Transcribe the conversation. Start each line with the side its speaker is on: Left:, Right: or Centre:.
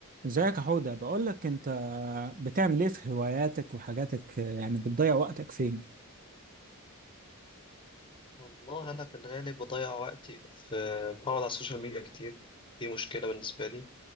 Right: ازيك يا حودة بقول لك انت بتعمل ايه في هواياتك وحاجاتك يعني بتضيع وقتك فين
Left: والله أنا في الغالب بضيع وقتي في بقعد على السوشيال ميديا كتير دي مشكلة بالنسبة لي